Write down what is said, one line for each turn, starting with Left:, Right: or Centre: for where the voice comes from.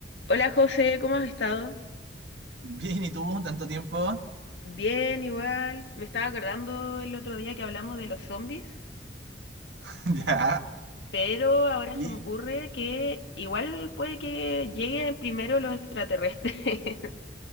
Left: Hola José, ¿cómo has estado?
Right: Bien, ¿y tú? ¿Tanto tiempo?
Left: Bien, igual. Me estaba acordando el otro día que hablamos de los zombies,
Right: <laughs> Ya.
Left: pero ahora
Right: Y.
Left: se me ocurre que igual puede que lleguen primero los extraterrestres. <laughs>